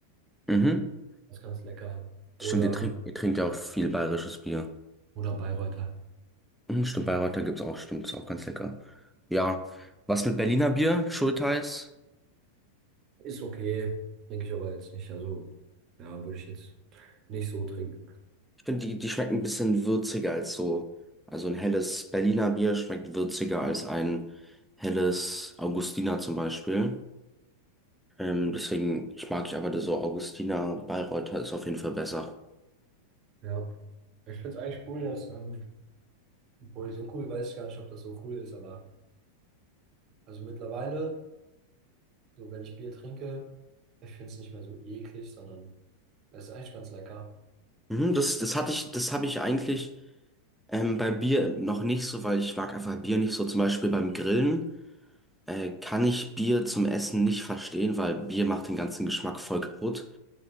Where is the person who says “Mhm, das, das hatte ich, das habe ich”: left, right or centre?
Centre